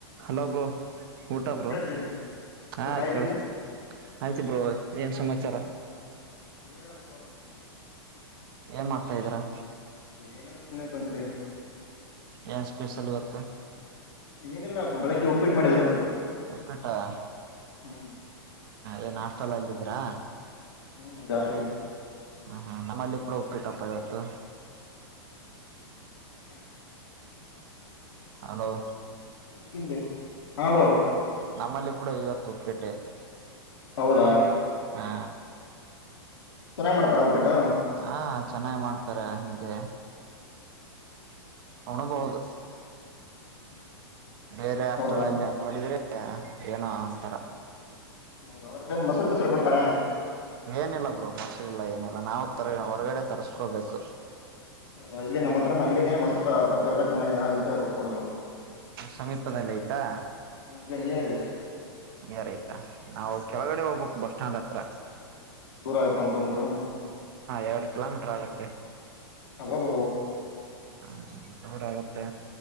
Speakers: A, on the right; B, on the left.
A: ಹಲೋ ಬ್ರೋ ಊಟ ಬ್ರೋ
B: ಕೇಳ್ತದೀರಿ
A: ಹಾ
B: ಊಟ ಆಯ್ತು
A: ಕೇಳಿಸ್ತ
B: ನಿಮ್ದು
A: ಆಯ್ತಿ ಬೋ ಏನ್ ಸಮಾಚಾರ
B: ಹೇಳಬ್ರೋ
A: ಏನ್ ಮಾಡ್ತಾ ಇದೀರಾ
B: ಏನಿಲ್ಲ್ ಸುಮ್ನೆ ಕುಂತಿದ್ದೀವಿ
A: ಎನ್ ಸ್ಪೆಷಲ್ ಇವತ್ತ
B: ಏನಿಲ್ಲ ಬೆಳಗ್ಗೆ ಉಪ್ಪಿಟ್ಟ ಮಾಡಿದ್ರು
A: ಒಕ್ಕಟ ಹ
B: ಹ್ಮ್
A: ಏನ್ ಹಾಸ್ಟಲ್ಲಲ್ಲಿದಿರಾ...
B: ಹ್ಮ್ ದಾಖಲ.
A: ಹ ಹಾ ನಮ್ಮಲ್ಲಿ ಕೂಡ ಒಪ್ಪಿಟ್ಟಪ್ಪ ಇವತ್ತು...
B: <inaudible>
A: ಹಲೋ...
B: ಈಗನ್ ಬೇಕು ಹ್ಮ ಬ್ರೋ
A: ನಮ್ಮಲ್ಲಿ ಕೂಡ ಈವತ್ತು ಉಪ್ಪಿಟ್ಟೆ...
B: ಹೌದಾ!
A: ಹಾ
B: ಚೆನ್ನಾಗಿ್ ಮಾಡ್ತಾರ ಒಪ್ಪಿಟ್ಟು...
A: ಹಾ ಚೆನ್ನಾಗಿ ಮಾಡ್ತಾರೆ. ನಿಮಗೆ ಉಣಬಹುದು.
B: <inaudible>
A: ಬೇರೆ ಅಷ್ಟಲ್ಲಲ್ಲಿ
B: ಹೌದಾ
A: ನೋಡಿದ್ರೆ ಏನೋ ಅಂತಾರ
B: ಹೌದ ಅದ್ರಲ್ಲ ಮೊಸರು ಕಸರು ಕೊಡ್ತಾರೆ
A: ಏನಿಲ್ಲ ಬ್ರೋ ಮಸರಿಲ್ಲ ಏನಿಲ್ಲ ನಾವು ತರ ಹೊರಗಡೆ ತರ್ಸ್ಕೋಬೇಕು
B: ಹೌದಾ ಇಲ್ಲಿ ನಮ್ಮ ಹತ್ರ ನ ಅಂಗಡಿ ಇದೇ ಮೊಸರು ತರತಿವ್ ಎಲ್ಲ ಚೆನ್ನಾಗಿ ಆಗುತ್ತೆ ಕೊಡ
A: ಸಮೀಪದಲ್ಲಿ ಆಯ್ತಾ
B: ಇಲ್ಲ ನಿಯರ್ ಇದೆ
A: ಯಾರಾಯ್ತಾ ನಾವು
B: ಹ್ಮ್
A: ಕೆಳಗಡೆ ಹೋಗ್ಬೇಕ ಬಸ್ ಸ್ಟ್ಯಾಂಡ್ ಹತ್ರ.
B: ದೂರ ಆಗುತ್ತ ಒನ್ ಕಿಲೋಮೀಟರ್.
A: ಎರಡು ಕಿಲೋಮೀಟರ್ ಆಗುತ್ತೆ.
B: ಅಬಬ
A: ಹ ಜೋರ ಆಗುತ್ತೆ